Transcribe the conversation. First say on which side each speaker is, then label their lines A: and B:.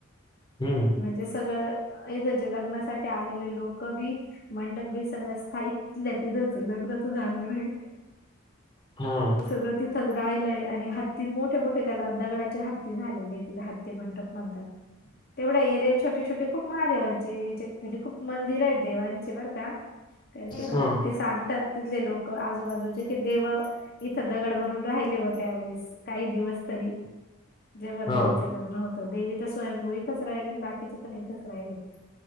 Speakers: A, on the left; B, on the left.
A: हम्म
B: म्हणजे सगळं येत जे लग्नासाठी आलेले लोक बी मंडप बी सगळ्या स्थायी इतल्या तिथंच लग्न तर झालं नाही
A: हा
B: सगळं तिथंच राहिलंय आणि हत्ती मोठे, मो त्याला दगडाची हत्ती झालेली आहे तिथ त्याला हत्ती मंडप म्हणतात तेवढ्या एरियात छोटे, छोटे खूप महादेवांचे याचेत म्हणजे खूप मंदिर आहेत देवांचे बर का कारण की प्र
A: हा
B: ते सांगतात तिथले लोक आजू, बाजूचे की देव इथं दगड बनुन राहिले व त्यावेेळेस काही दिवस तरी जेव्हा देवीच
A: हा
B: लग्न होत तर देवी तर स्वयंभू इथच राहिली आणि बाकीचे पण इथच राहिले